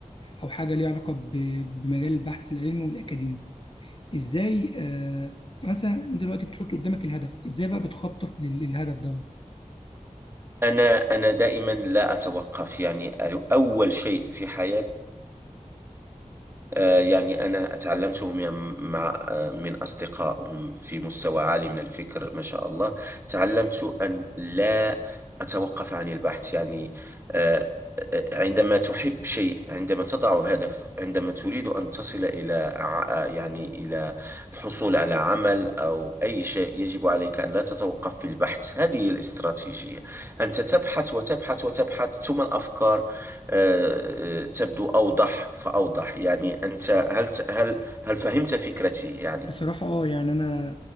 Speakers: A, on the left (about 40°); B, on the right (about 15°).
A: او حاجه ليها علاقه ب- بمجال البحث العلمي والاكاديمي ازاي آه، مثلا دلوقتي بتحط قدامك الهدف ازاي بقى بتخطط لل- للهدف دوت
B: أنا أنا دائما لا أتوقف يعني أول شيء في حياتي آه، يعني أنا تعلمت من- مع آه، من أصدقائهم في مستوى عالي من الفكر ما شاء الله تعلمت أن لا أتوقف عن البحث يعني آه، آه، عندما تحب شيء عندما تضع هدف عندما تريد أن تصل إلى ع- آه، يعني إلى الحصول على عمل أو أي شيء يجب عليك أن لا تتوقف في البحث هذه هي الاستراتيجية أنت تبحث وتبحث وتبحث ثم الأفكار آه، آه، تبدو أوضح فأوضح يعني أنت هل هل هل فهمت فكرتي يعني
A: بصراحه اه يعني انا